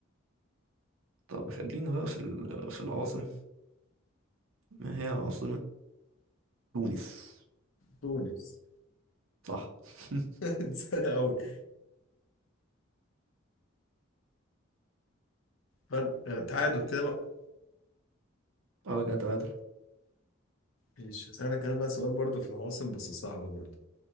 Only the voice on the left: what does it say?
تونس
<laughs> سهلة أوي فرق آه، تعادل كده بقى
ماشي هسألك أنا بقى سؤال برضه في العواصم بس صعب برضه